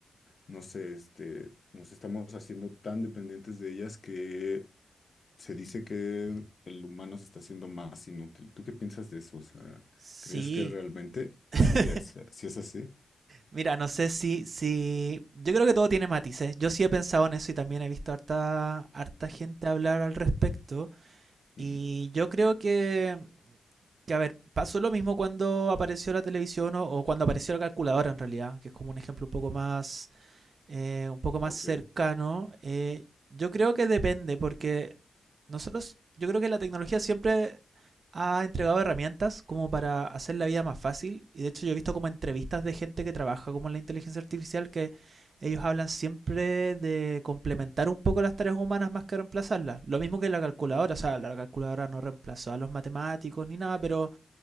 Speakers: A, on the left; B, on the right.
A: no sé, este, nos estamos haciendo tan dependientes de ellas que se dice que el humano se está haciendo más inútil. ¿Tú qué piensas de eso? O sea,
B: Sí.
A: ¿crees que realmente
B: <laughs>
A: sí es, sí es así?
B: Mira, no sé si, si. Yo creo que todo tiene matices. Yo sí he pensado en eso y también he visto harta, harta gente hablar al respecto. Y
A: Ujú.
B: yo creo que, que, a ver, pasó lo mismo cuando apareció la televisión o, o cuando apareció la calculadora en realidad, que es como un ejemplo un poco más eh, un poco más
A: Ok,
B: cercano, eh, yo creo que depende, porque nosotros, yo creo que la tecnología siempre ha entregado herramientas como para hacer la vida más fácil. Y de hecho yo he visto como entrevistas de gente que trabaja como en la inteligencia artificial que ellos hablan siempre de complementar un poco las tareas humanas más que reemplazarlas. Lo mismo que la calculadora, o sea, la calculadora no reemplazó a los matemáticos ni nada, pero